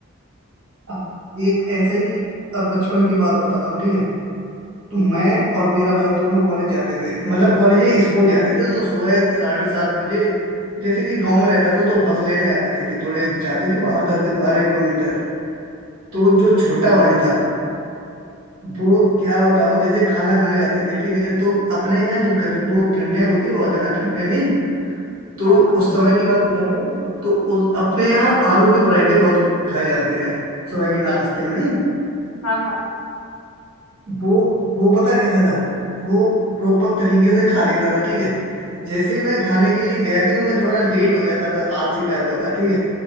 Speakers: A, on the right; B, on the left.
A: अब एक ऐसा ही अब बचपन की बात बताऊं ठीक है तो मैं और मेरा भाई दोनों कॉलेज जाते थे मतलब कॉलेज ही स्कूल जाते थे तो सुबह साढ़े सात बजे जैसे कि गांव में रहता था तो बस लेने आती थी थोड़े जाते थे बाहर दस बारह किलोमीटर तो जो छोटा भाई था वो क्या बताऊं जैसे खाना खाने जाते थे ठीक है तो अपने यहाँ जब गरीब वो ठंडे होती है बहुत ज्यादा ठंडे नहीं तो
B: हाँ हाँ
A: उस समय की बात बताऊं तो उस अपने यहाँ आलू के पराठे बहुत खाए जाते हैं सुबह के नाश्ते में नहीं
B: हाँ हाँ
A: वो वो पता है कैसा था वो प्रॉपर तरीके से खा लेता था ठीक है जैसे ही मैं खाने के लिए गया क्योंकि मैं थोड़ा लेट हो जाता था आलसी टाइप का था ठीक है